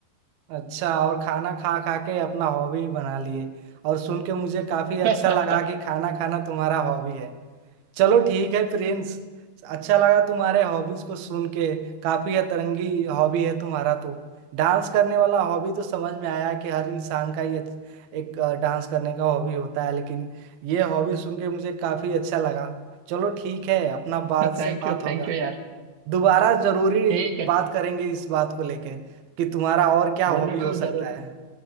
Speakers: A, on the right; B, on the right.
A: अच्छा और खाना खा खा के अपना हॉबी बना लिए और सुन के मुझे काफी अच्छा
B: <laughs>
A: लगा कि खाना खाना तुम्हारा हॉबी है चलो ठीक है प्रिंस अच्छा लगा तुम्हारे हॉबीज को सुन के काफी अतरंगी हॉबी है तुम्हारा तो डांस करने वाला हॉबी तो समझ में आया कि हर इंसान का ये एक अ, डांस करने का हॉबी होता है लेकिन ये हॉबी सुन के मुझे काफी अच्छा लगा चलो ठीक है अपना बाद
B: थैंक
A: से बात
B: यू
A: होगा
B: थैंक यू यार
A: दोबारा जरूरी
B: ठीक है
A: बात करेंगे इस बात को लेके कि तुम्हारा और क्या हॉबी
B: जरूर
A: हो सकता
B: जरूर
A: है